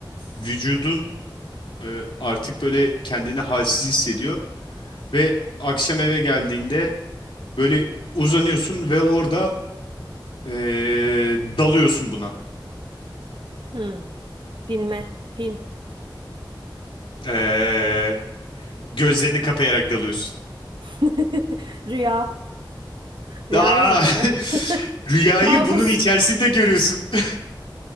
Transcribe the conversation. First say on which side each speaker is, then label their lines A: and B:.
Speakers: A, on the left; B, on the right.
A: vücudun e, artık böyle kendini halsiz hissediyor ve akşam eve geldiğinde böyle uzanıyorsun ve orada e, dalıyorsun buna.
B: Hı. Filme. Film.
A: E, gözlerini kapayarak dalıyorsun.
B: <laughs> Rüya. Rüyaya
A: Aa,
B: mı dalı?
A: <laughs>
B: <laughs>
A: rüyayı
B: Kabus.
A: bunun içerisinde görüyorsun. <laughs>